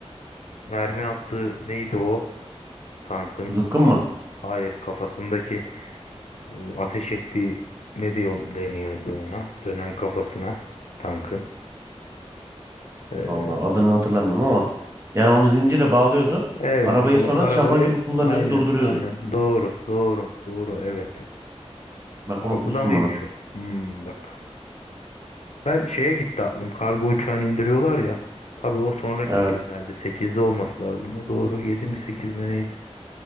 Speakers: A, on the left; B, on the right.
A: mermi attığı neydi o? Tankın
B: Zıpkın
A: kafası.
B: mı?
A: Hayır kafasındaki e, ateş ettiği ne diyor deniyordu ona? Dönen kafasına tankın. Ee,
B: Allah adını hatırlamıyorum ama. Yani onu zincirle bağlıyordu.
A: evet
B: Arabayı
A: o
B: sonra
A: arabayı
B: çapa gibi kullanıyordu,
A: aynen
B: durduruyordu.
A: aynen doğru doğru doğru evet.
B: Bak
A: Altıda
B: unutmuşsun
A: mıymış
B: bunu.
A: o? Hmm, bak. Ben şeye gitti aklım. Kargo uçağını indiriyorlar ya. Tabii o sonraki
B: Evet.
A: filmlerde 8'de olması lazım. O doğru 7 mi 8 mi neydi?